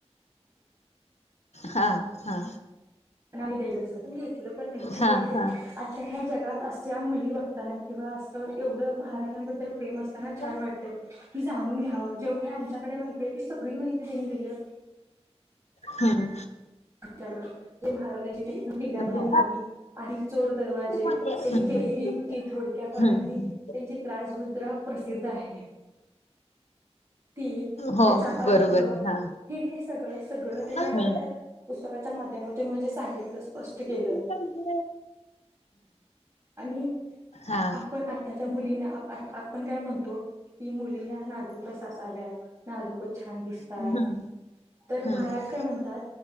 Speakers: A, on the left; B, on the right.
A: हा हा.
B: यच अस <unintelligible> पण नाही
A: हा
B: बोलल
A: हा.
B: आ <unintelligible> जगात अस ज मुली बघताना किंवा असं एवढं महाराजांबद्दल. प्रेम असताना
A: हम्म
B: छान वाटले. तुझा आणून घ्या. जेवढ्या आमच्याकडे माहिती आहे, ती सगळी माहिती त्यांनी दिली.
A: हं.
B: आपल्याकड. ते महाराजांची ते किल्ल्याबद्दल
A: हो.
B: माहिती आणि चोर दरवाजे
A: हम्म
B: त्यांनी
A: हम्म
B: केलेली युक्ती थोडक्या फार
A: हम्म
B: आणि त्यांची एक राजमुुद्रा प्रसिद्ध आहे. ती
A: हो
B: त्याचा
A: बरोबर
B: अर्थ
A: आहे हा
B: हे हे सगळं सगळं त्यांनी
A: हम्म.
B: आम्हाला त्या पुस्तकाच्या माध्यमातून म्हणजे सांगितलं, स्पष्ट केलं.
A: हम्म
B: आणि
A: हा.
B: आपण आताच्या मुलींना आप आपण काय म्हणतो की मुलीया नाजूक अस साव्यात. नाजूकच छान दितात.
A: हम्म
B: तर
A: हम्म.
B: माहाराज काय म्हणतात,